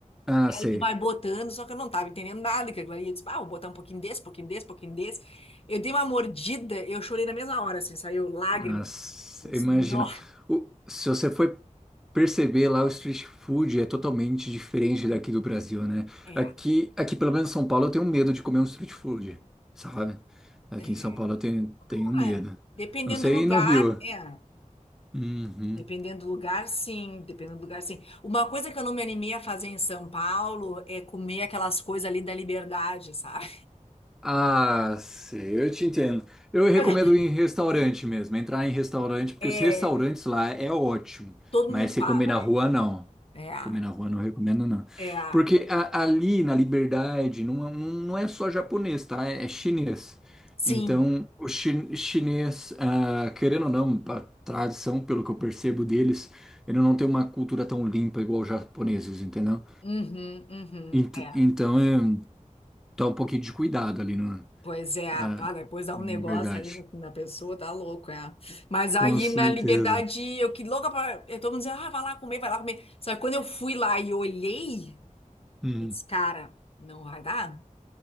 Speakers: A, in the centre; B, on the left (about 45°).
A: Ah,
B: E
A: sei.
B: aí tu vai botando, só que eu não tava entendendo nada que aquilo ali. Eu disse, ah, vou botar um pouquinho desse, pouquinho desse, pouquinho desse. Eu dei uma mordida, eu chorei na mesma hora, assim, saiu lágrima.
A: Nossa,
B: Eu disse,
A: eu imagino.
B: nó,
A: O- se você for perceber lá, o street food é totalmente diferente daqui do Brasil, né?
B: é,
A: Aqui, aqui pelo menos em São Paulo, eu tenho medo de comer um street food, sabe? Aqui
B: é.
A: em São Paulo eu tenho, tenho medo.
B: Ah, Dependendo
A: Não sei
B: do lugar,
A: aí no Rio.
B: é.
A: Uhum.
B: Dependendo do lugar, sim. Dependendo do lugar, sim. Uma coisa que eu não me animei a fazer em São Paulo é comer aquelas coisas ali da liberdade, sabe?
A: Ah, sei, eu te entendo. Eu recomendo
B: <laughs>
A: ir em restaurante mesmo, entrar em restaurante, porque
B: É,
A: os restaurantes lá é ótimo,
B: todo
A: mas
B: mundo
A: você
B: fala.
A: comer na rua, não.
B: É a,
A: Comer na rua não recomendo, não.
B: é a,
A: Porque a- ali na Liberdade não, é- não é só japonês, tá? É, é chinês.
B: sim,
A: Então, o chi- chinês, ah, querendo ou não, a tradição, pelo que eu percebo deles, ele não tem uma cultura tão limpa igual os japoneses, entendeu?
B: uhum, uhum,
A: Ent-
B: é.
A: então, é, tá um pouquinho de cuidado ali, né?
B: Pois é,
A: Ah,
B: tá, depois dá um
A: é
B: negócio
A: verdade.
B: ali no- na pessoa, tá louco, é. Mas
A: Com
B: aí
A: certeza.
B: na liberdade, eu que louca pra, eu todo mundo dizendo, ah, vai lá comer, vai lá comer. Só que quando eu fui lá e olhei,
A: Hum,
B: eu disse, cara, não vai dar,